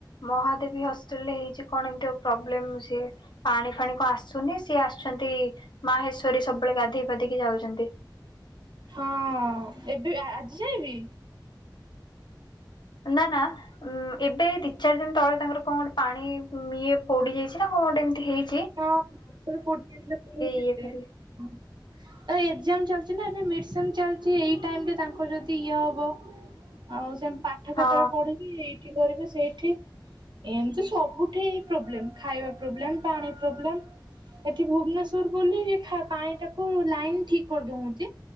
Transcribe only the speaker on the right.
ହଁ ଏବେ ଆଜି ଯାଏ ବି
ହଁ <unintelligible>
ଏକ୍ଜାମ ଚା ଚି ନା ଏବେ ମିଡ଼ସେମ୍ ଚାଲିଚି ଏଇ ଟାଇମରେ ତାଙ୍କୁ ଯଦି ଇଏ ହେବ ଆଉ ସେମ୍ ପାଠ
କେତେବେଳେ ପଢ଼ିକି କରିବେ ସେଇଠି, ଏମତି ସବୁଠି ପ୍ରୋବ୍ଲେମ୍ ଖାଇବା ପ୍ରୋବ୍ଲେମ୍ ପାଣି ପ୍ରୋବ୍ଲେମ୍। ଏଠି ଭୁବନେଶ୍ଵର ବୋଲି ଖା ପାଣି ଟାକୁ ଲାଇନ୍ ଠିକ କରିଦଉଚନ୍ତି